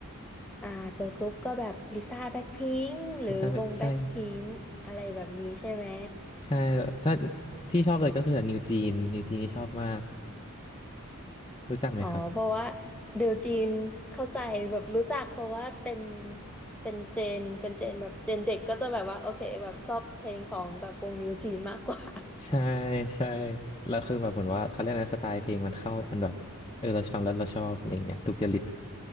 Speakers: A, in the centre; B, on the left (about 20°).
A: อ่าตัวกรุ๊ปก็แบบลิซ่าแบ็คพิงค์หรือวงแบ็คพิงค์อะไรแบบนี้ใช่ไหม
B: ลิซ่าใช่ ใช่แบบถ้าที่ชอบเลยก็คือนิวจีนนิวจีนนี่ชอบมากรู้จักไหมครับ
A: อ๋อเพราะว่าเดี๋ยวจีนเข้าใจแบบรู้จักเพราะว่าเป็นเป็นเจนเป็นเจนแบบเจนเด็กก็จะแบบว่าโอเคแบบชอบเพลงของแบบวงนิวจีนมากกว่า
B: ใช่ใช่แล้วคือแบบเหมือนว่าเขาเรียกนะสไตล์เพลงมันเข้ามันแบบเออเราฟังแล้วเราชอบอะไรอย่างเงี้ยถูกจริต